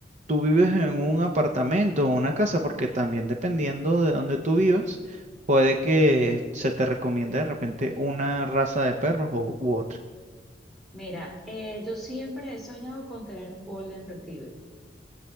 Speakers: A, on the right; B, in the centre.
A: tú vives en un apartamento o una casa, porque también dependiendo de donde tú vivas, puede que se te recomiende de repente una raza de perros o, u otra.
B: Mira, eh, yo siempre he soñado con tener un Golden Retriever.